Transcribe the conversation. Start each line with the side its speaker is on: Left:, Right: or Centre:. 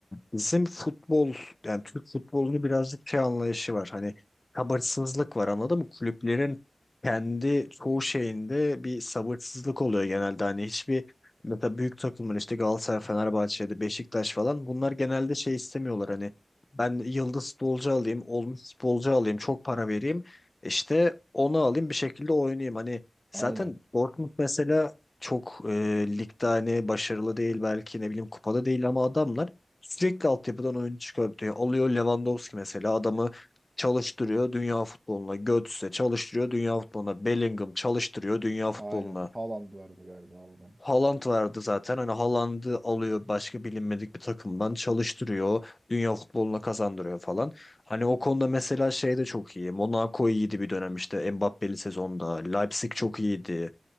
Left: bizim futbol yani Türk futbolunu birazcık şey anlayışı var. Hani sabırsızlık var anladın mı? Kulüplerin kendi çoğu şeyinde bir sabırsızlık oluyor genelde. Hani hiçbir mesela büyük takımın işte Galatasaray, Fenerbahçe'de, Beşiktaş falan bunlar genelde şey istemiyorlar hani ben yıldız futbolcu alayım, olmuş futbolcu alayım, çok para vereyim. işte onu alayım bir şekilde oynayayım. Hani Zaten
Right: Aynen.
Left: Dortmund mesela çok e, ligde hani başarılı değil belki ne bileyim kupada değil ama adamlar sürekli altyapıdan oyun çıkartıyor. Alıyor Lewandowski mesela adamı çalıştırıyor dünya futboluna. Götze çalıştırıyor dünya futboluna. Bellingham çalıştırıyor dünya futboluna.
Right: Aynen. Haaland vardı galiba oradan.
Left: Haaland vardı zaten hani Haaland'ı alıyor başka bilinmedik bir takımdan çalıştırıyor. Dünya futboluna kazandırıyor falan. Hani o konuda mesela şey de çok iyi. Monaco iyiydi bir dönem işte Mbappé'li sezonda. Leipzig çok iyiydi.